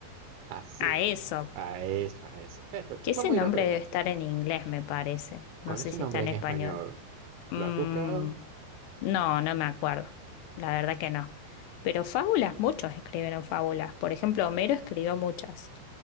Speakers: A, on the right; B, on the left.
A: así.
B: A Aesop.
A: A eso, a eso. Perfecto,
B: Que ese
A: vamos
B: nombre
A: a ir aprendiendo.
B: debe estar en inglés, me parece.
A: ¿Cuál
B: No sé
A: es su
B: si
A: nombre
B: está en
A: en
B: español.
A: español?
B: Mm,
A: ¿La has buscado?
B: no, no me acuerdo. La verdad que no. Pero fábulas, muchos escribieron fábulas. Por ejemplo, Homero escribió muchas.